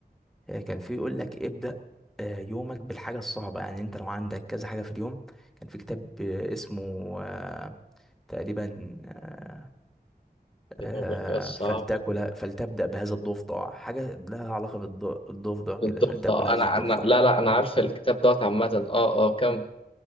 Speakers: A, in the centre; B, on the left.
A: آه، كان في يقول لك ابدأ آه، يومك بالحاجة الصعبة يعني أنت لو عندك كذا حاجة في اليوم كان في كتاب آه، اسمه آه، تقريبا آه،
B: دي
A: آه،
B: أول حاجة صعبة
A: فلتاكل فلتبدأ بهذا الضفدع حاجة لها علاقة بالضفدع كده
B: بالضبط
A: فلتاكل
B: آه،
A: هذا
B: أنا
A: الضفدع
B: أنا لا لا أنا عارف الكتاب دوت عامة أه أه كم